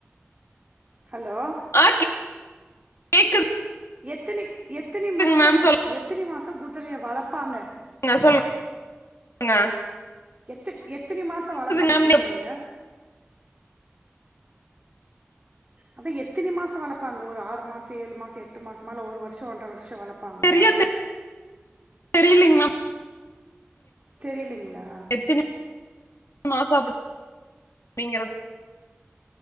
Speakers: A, on the right; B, on the left.
A: ஹலோ
B: ஆ கேக்குதுங்
A: எத்தினி எத்தினி மாசோ
B: மேம்
A: வ
B: சொல்லுங்க
A: எத்தினி மாசோ குதிரைய வளப்பாங்க
B: ன்ன சொல்லுங் க
A: எத்தி எத்தினி மாசோ வளப்பாங்க
B: மேம்
A: குதுரைய அதா எத்தினி மாசோ வளப்பாங்க ஒரு ஆறு மாச ஏழு மாச எட்டு மாசமா இல்ல ஒரு வருஷோ ஒன்ற வருஷோ வளப் பாங்ளா
B: சரியா தெரிலீங் மேம்
A: தெரிலிங்ளா
B: எத்தினி <inaudible> மாசோ அப்டிங்கிறது